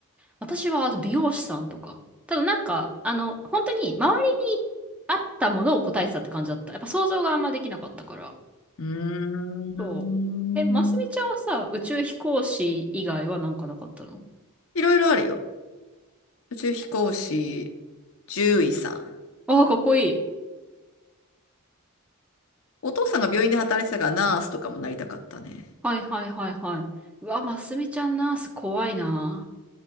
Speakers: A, in the centre; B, on the left (about 65°).
A: 私はあと美容師さんとか。ただなんか、あの、本当に周りにあったものを答えてたって感じだった。やっぱ想像があんまできなかったから。
B: うーん。
A: そう。え、ますみちゃんはさ、宇宙飛行士以外はなんかなかったの
B: いろいろあるよ。宇宙飛行士、獣医さん。
A: ああ、かっこいい。
B: お父さんが病院で働いてたからナースとかもなりたかったね。
A: はいはいはいはい。うわ、ますみちゃんナース怖いな。